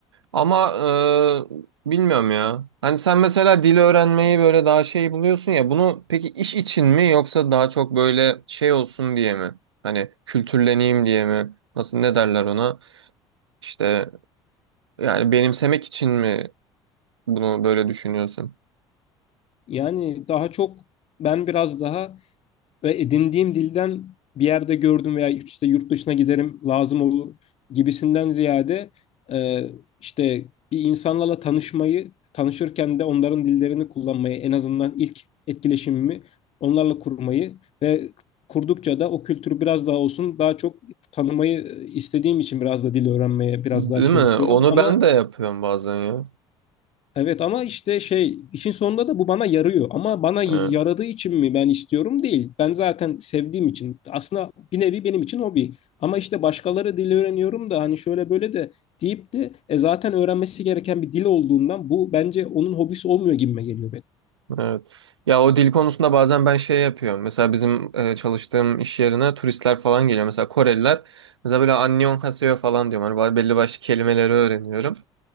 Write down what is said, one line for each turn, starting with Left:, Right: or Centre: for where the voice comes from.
Right: Ama e, bilmiyorum ya. Hani sen mesela dil öğrenmeyi böyle daha şey buluyorsun ya. Bunu peki iş için mi yoksa daha çok böyle şey olsun diye mi? Hani kültürleneyim diye mi? Nasıl ne derler ona? İşte yani benimsemek için mi bunu böyle düşünüyorsun?
Left: Yani daha çok ben biraz daha ve edindiğim dilden bir yerde gördüm veya işte yurt dışına giderim lazım olur gibisinden ziyade e, işte bir insanlarla tanışmayı tanışırken de onların dillerini kullanmayı en azından ilk etkileşimimi onlarla kurmayı ve kurdukça da o kültürü biraz daha olsun daha çok tanımayı e, istediğim için biraz da dil öğrenmeye biraz
Right: Değil
Left: daha çalışıyorum
Right: mi? Onu
Left: ama
Right: ben de yapıyorum bazen
Left: Evet ama işte şey işin sonunda da bu bana yarıyor. Ama bana y-
Right: ya.
Left: yaradığı için mi ben istiyorum değil. Ben zaten sevdiğim için. Aslında bir nevi benim için hobi. Ama işte başkaları dil öğreniyorum da hani şöyle böyle de deyip de e, zaten öğrenmesi gereken bir dil olduğundan bu bence onun hobisi olmuyor gibime geliyor benim.
Right: Evet. Ya o dil konusunda bazen ben şey yapıyorum. Mesela bizim e, çalıştığım iş yerine turistler falan geliyor. Mesela Koreliler. Mesela böyle Annyeonghaseyo falan diyorum. Hani ba- belli başlı kelimeleri öğreniyorum.